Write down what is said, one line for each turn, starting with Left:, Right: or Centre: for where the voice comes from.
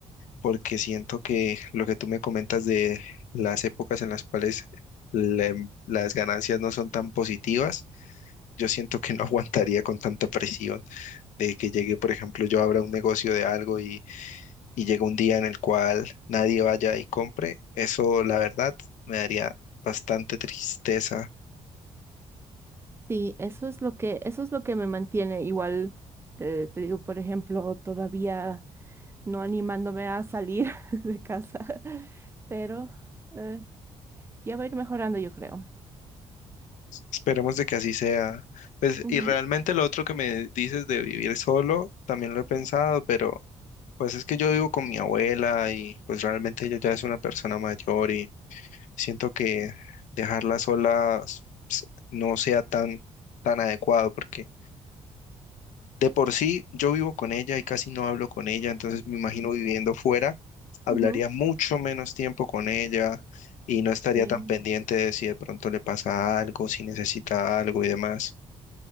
Left: porque siento que lo que tú me comentas de las épocas en las cuales la- las ganancias no son tan positivas, yo siento que no <laughs> aguantaría con tanta presión de que llegue, por ejemplo, yo abra un negocio de algo y, y llegue un día en el cual nadie vaya y compre. Eso, la verdad, me daría bastante tristeza.
Right: Sí, eso es lo que, eso es lo que me mantiene. Igual te, te digo, por ejemplo, todavía no animándome a salir <laughs> de casa, pero eh, ya va a ir mejorando, yo creo.
Left: Esperemos de que así sea. Pues,
Right: Ujú,
Left: y realmente lo otro que me dices de vivir solo, también lo he pensado, pero... Pues es que yo vivo con mi abuela y pues realmente ella ya es una persona mayor y siento que dejarla sola s- no sea tan, tan adecuado porque de por sí yo vivo con ella y casi no hablo con ella, entonces me imagino viviendo fuera, hablaría
Right: ujú,
Left: mucho menos tiempo con ella y no estaría
Right: sí.
Left: tan pendiente de si de pronto le pasa algo, si necesita algo y demás.